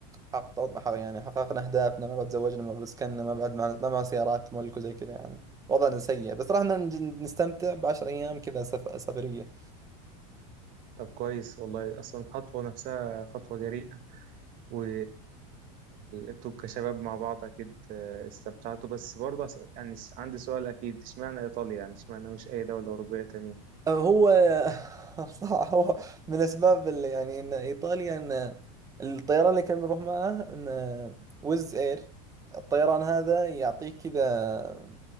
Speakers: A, on the right; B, on the right.
A: حقق حق- يعني حققنا أهدافنا ما بعد تزوجنا ما بعد سكننا ما بعد معنا ما معنا سيارات ملك وزي كذا يعني وضعنا سيء بس رحنا نج- نستمتع بعشر أيام كذا سف- سفرية
B: طب كويس والله اصلا الخطوه نفسها خطوه جريئه و... وانتوا كشباب مع بعض اكيد آه، استمتعتوا بس برضه أص- يعني س- عندي سؤال اكيد اشمعنى ايطاليا يعني اشمعنى مش اي دوله اوروبيه تانية
A: هو <laughs> صح هو من اسباب اللي يعني ان ايطاليا ان الطيران اللي كان بنروح معاه ان ويز اير الطيران هذا يعطيك كذا